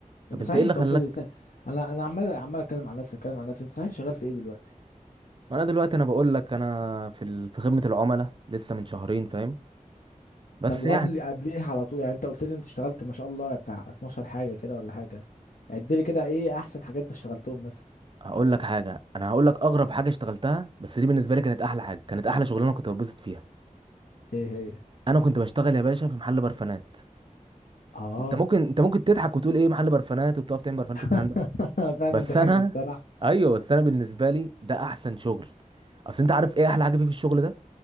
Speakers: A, on the right; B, on the left.
A: طب
B: انت
A: انت
B: صحيح
A: ايه اللي
B: انت
A: خلاك
B: قلت لي س- انا انا عمال عمال اتكلم عن نفسي اتكلم عن نفسي انت صحيح شغال في ايه دلوقتي
A: ما انا دلوقتي انا بقول لك انا في ال- في خدمة العملاء لسه من شهرين فاهم بس
B: طب وقبل
A: يعني
B: قبليه على طول يعني انت قلت لي انت اشتغلت ما شاء الله بتاع 12 حاجه كده ولا حاجه عد لي كده ايه احسن حاجات اشتغلتهم مثلا
A: هقول لك حاجة انا هقول لك اغرب حاجة اشتغلتها بس دي بالنسبة لي كانت احلى حاجة كانت احلى شغلانة كنت بتبسط فيها
B: ايه هي
A: انا كنت بشتغل يا باشا في محل برفانات
B: اه
A: انت ممكن انت ممكن تضحك وتقول ايه محل برفانات وبتقف تعمل برفانات
B: <laughs>
A: والكلام ده
B: فعلا
A: بس
B: ضحكت
A: انا
B: الصراحه
A: <laughs> ايوه بس انا بالنسبة لي ده احسن شغل اصل انت عارف ايه احلى حاجة فيه في الشغل ده